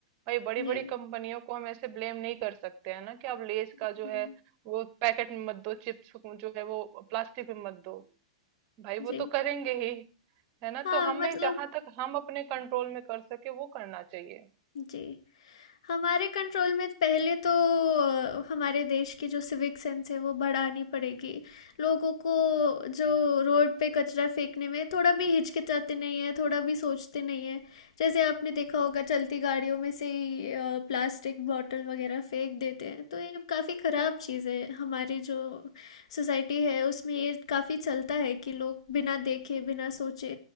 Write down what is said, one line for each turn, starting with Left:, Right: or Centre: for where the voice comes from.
Right: भाई बड़ी
Left: जी।
Right: बड़ी कंपनियों को हम ऐसे ब्लेम नहीं कर सकते हैं ना कि आप लेज
Left: हुँ,
Right: का जो है
Left: हुँ।
Right: वो पैकेट में मत दो चिप्स को जो है वो प्लास्टिक में मत दो भाई वो
Left: जी।
Right: तो करेंगे ही है ना
Left: हाँ,
Right: तो हमें
Left: मतलब
Right: जहां तक हम अपने कंट्रोल में कर सके वो करना चाहिए
Left: जी। हमारे कंट्रोल में पहले तो अ, हमारे देश की जो सिविक सेंस है वो बढ़ानी पड़ेगी। लोगों को जो रोड पे कचरा फेंकने में थोड़ा भी हिचकिचाते नहीं हैं, थोड़ा भी सोचते नहीं हैं। जैसे आपने देखा होगा चलती गाड़ियों में से ही अ, प्लास्टिक बॉटल वगैरह फेंक देते हैं, तो ये काफ़ी ख़राब चीज़ है। हमारी जो सोसाइटी है उसमें ये काफ़ी चलता है कि लोग बिना देखे, बिना सोचे